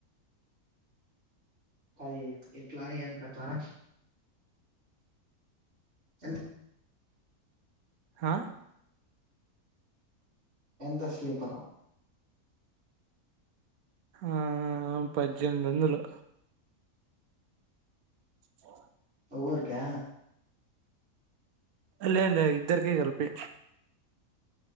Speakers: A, on the right; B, on the right.
A: అది ఎట్లాయి ఏం కథా చల
B: హా
A: ఎంత స్లీపరు
B: ఆ పద్దెనిమిది వందలు అ
A: ఒక్కొక్కరికా
B: లే లే ఇద్దరికి కలిపి